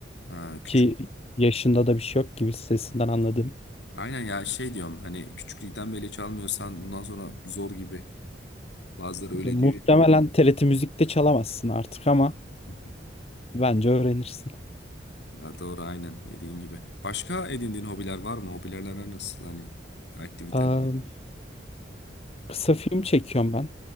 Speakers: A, on the left; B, on the left.
A: Ha, küçük.
B: Ki yaşında da bir şey yok gibi sesinden anladım.
A: Aynen ya şey diyorum hani küçüklükten beri çalmıyorsan bundan sonra zor gibi. Bazıları
B: Ya,
A: öyle
B: muhtemelen
A: diyor ya.
B: TRT Müzik'te çalamazsın artık ama
A: <laughs>
B: bence öğrenirsin.
A: Ya doğru aynen dediğin gibi. Başka edindiğin hobiler var mı? Hobilerler nasıl hani aktiviteler?
B: Ee, Kısa film çekiyorum ben.